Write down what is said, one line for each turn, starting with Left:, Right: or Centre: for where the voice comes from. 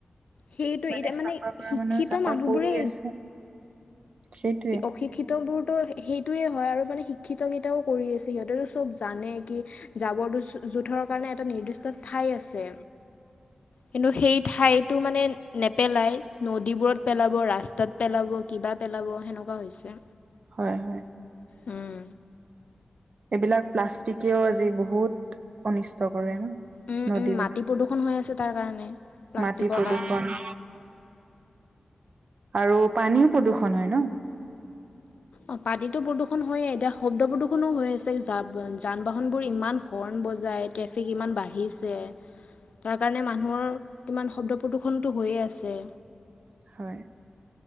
Left: সেইটো
Right: মানে
Left: এতিয়া
Right: চাফা কৰা
Left: শিক্ষিত
Right: মানুহ চাফা
Left: মানুহবোৰে
Right: কৰি আছে। সেইটোৱে
Left: সেই অশিক্ষিত বোৰতো সেইটোয়ে হয় আৰু মানে শিক্ষিত কেইটাও কৰি আছে সিহঁতেতটো চব জানে কি যাবৰ জোঁথৰৰ কাৰণে এটা নিৰ্দিষ্ট ঠাই আছে, কিন্তু সেই ঠাইটো মানে, নেপেলাই নদীবোৰত পেলাব, ৰাস্তাত পেলাব কিবা পেলাব। সেনেকোৱা হৈছে।
Right: হয়, হয়।
Left: উম।
Right: এইবিলাক প্লাষ্টিকেও আজি বহুত অনিষ্ট কৰে ন?
Left: উম,
Right: নদীবিলাক
Left: উম, মাটি প্ৰদূষণ হৈ আছে তাৰ কাৰণে। প্লাষ্টিকৰ
Right: মাটি প্ৰদূষণ,
Left: কাৰণে
Right: আৰু পানীও প্ৰদূ্ষণ হয় ন?
Left: অ পতিীতটো প্ৰদূৰষণ হয়ে এতিয়া শব্দ প্ৰদূষণো হৈ আছে যান-বাহনবোৰ ইমান হৰ্ণ বজাই। ট্ৰেফিক ইমান বাঢ়িছে। তাৰ কাৰণে মানুহৰ কিমান শব্দ প্ৰদূষণটো হৈয়ে আছে।
Right: হয়,